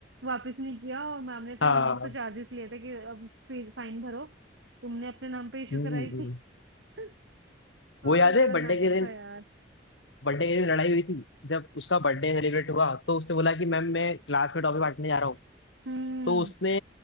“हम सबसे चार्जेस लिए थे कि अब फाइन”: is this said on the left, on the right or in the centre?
Right